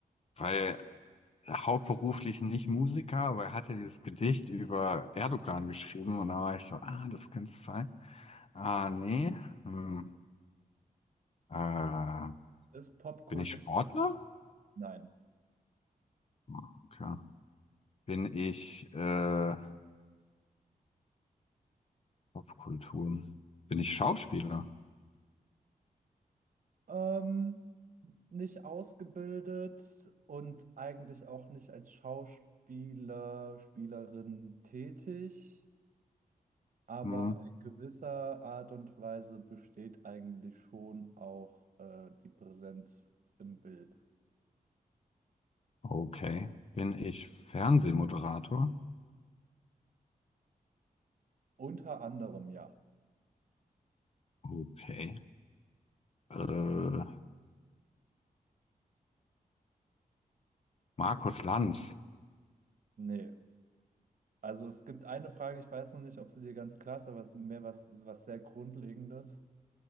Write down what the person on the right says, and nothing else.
Ist popkulturell.
Nein.
Ähm, nicht ausgebildet und eigentlich auch nicht als Schauspieler, Spielerin tätig, aber
in gewisser Art und Weise besteht eigentlich schon auch äh, die Präsenz im Bild.
Unter anderem ja.
Nee. Also es gibt eine Frage, ich weiß noch nicht, ob sie dir ganz klar ist, aber es ist mehr was, was sehr Grundlegendes.